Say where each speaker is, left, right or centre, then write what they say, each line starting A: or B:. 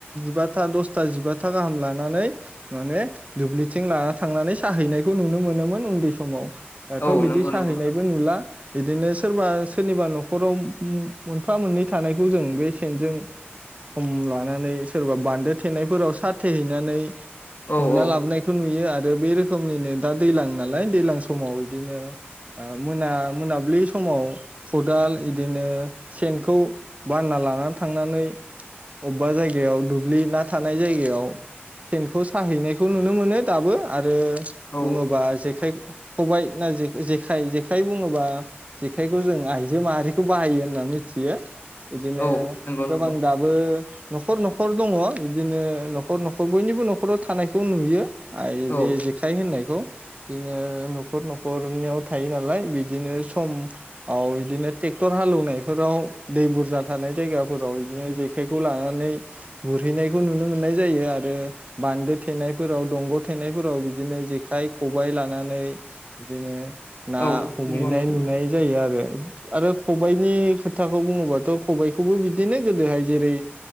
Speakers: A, on the right; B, on the left.
A: बाथा दसथा जिबाथा गाहाम लानानै माने दु ब्लिथिं लाना थांनानै साहैनायखौ नुनो मोनोमोन उन्दै समाव दाथ
B: औ
A: बिदि
B: नंगौ
A: साहैनायबो
B: नंगौ
A: नुला। बिदिनो सोरबा सोरनिबा नखराव मोनफा मोननै थानायखौ जों बे सेनजों सम लानानै सोरबा बान्दो थेनायफोराव सा थेहैनानै
B: औ
A: हमना
B: औ
A: लाबोनायखौ नुयो आ रो बे रोखोमनिनो दा दैलां नालाय दैलां समाव दिनो ओ ओ मोना मोनाब्लि समाव खदाल इदिनो सेनखौ बानना लानानै थांनानै अबबा जायगायाव दुब्लि ना थानाय जायगायाव सेनखौ साहैनायखौ नुनो मोनो। दाबो आरो
B: औ
A: बुङोबा जेखाय खबाइ ना जेखाइ जेखाइ बुङोबा जेखायखौ जों आइजो माहारिखौ बाहायो हो ना मिथियो बिदिनो
B: औ नंगौ
A: गोबां
B: नंगौ
A: दाबो नखर नखर दङ बिदिनो नखर नखर बयनिबो नखराव थानायखौ नुयो आ बे
B: औ
A: जेखाइ होननायखौ बिदिनो नखर नखरनियाव थायो नालाय बिदिनो सम औ इदिनो टेक्टर हालौनाय फोराव दै बुरजा थानाय जायगाफोराव इदिनो जेखायखौ लानानै गुरहैनाय खौ नुनो मोननाय जायो आरो बान्दो थेनायफोराव दंग' थेनाय फोराव बिदिनो जेखाइ, खबाइ लानानै बिदिनो ना
B: औ
A: हमहैनाय
B: नंगौ नंगौ
A: नुनाय जायो आरो। <inaudible> आरो खबाइनि खोथाखौ बुङोबाथ' खबाइ खौबो बिदिनो गोदोहाय जेरै